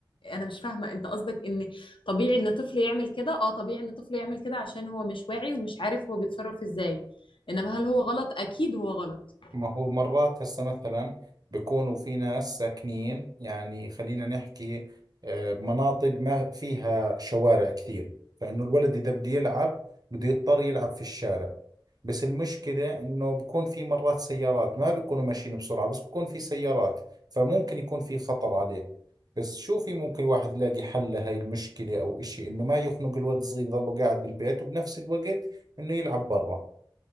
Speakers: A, on the left; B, on the right.
A: انا مش فاهمه انت قصدك ان طبيعي ان طفل يعمل كده اه طبيعي ان طفل يعمل كده عشان هو مش واعي ومش عارف هو بيتصرف ازاي انما هل هو غلط اكيد هو غلط
B: ما هو مرات هسه مثلا بيكونوا في ناس ساكنين يعني خلينا نحكي آه، بمناطق ما فيها شوارع كثير فإنه الولد إذا بده يلعب بده يضطر يلعب في الشارع بس المشكلة إنه بكون في مرات سيارات ما بيكونوا ماشيين بسرعة بس بكون في سيارات فممكن يكون في خطر عليه بس شو في ممكن الواحد يلاقي حل لهاي المشكلة أو إشي إنه ما يخنق الولد الصغير يضله قاعد بالبيت وبنفس الوقت إنه يلعب برا